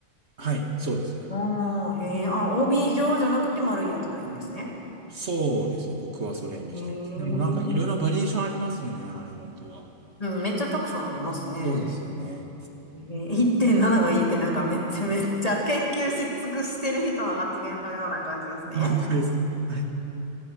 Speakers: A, on the right (about 55°); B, on the left (about 25°).
A: はい。そうですね。
B: おー、へえ、あ、帯状じゃなくて丸いやつがいいんですね。
A: そうですね。僕はそれにしてます。
B: ええ
A: でもなんかいろいろバリエーションありますよね。あれ、本当は。
B: うん、めっちゃたくさんありますね。
A: そうですよね。
B: えー、1.7がいいってなんかめっちゃめっちゃ研究し尽くしてる人の発言のような感じですね。
A: あ、本当ですかはい。